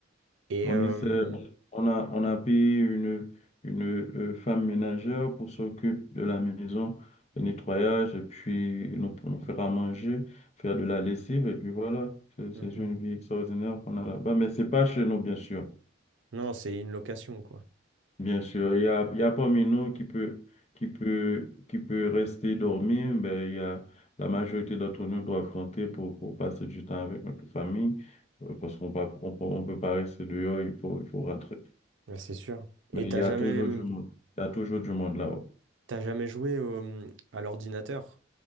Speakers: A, on the right; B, on the left.
A: Et
B: On
A: euh,
B: essaie, on on a, on a payé une, une euh, femme ménagère pour s'occuper de la maison, le nettoyage, et puis nous, nous faire à manger, faire de la lessive, et puis voilà. C'est c'est
A: Mhm.
B: une vie extraordinaire qu'on a là-bas. Mais c'est pas chez nous, bien sûr.
A: Non, c'est une location, quoi.
B: Bien sûr, il y a, il y a parmi nous qui peut, qui peut, qui peut rester dormir, ben, il y a, la majorité d'entre nous doivent affronter pour, pour passer du temps avec notre famille, euh, parce qu'on ne on, peut on peut pas rester dehors, il faut, il faut rentrer.
A: Ouais, c'est sûr. Et
B: Mais il
A: t'as
B: y a
A: jamais,
B: toujours du monde. Il y a toujours du monde là-haut.
A: t'as jamais joué au- à l'ordinateur?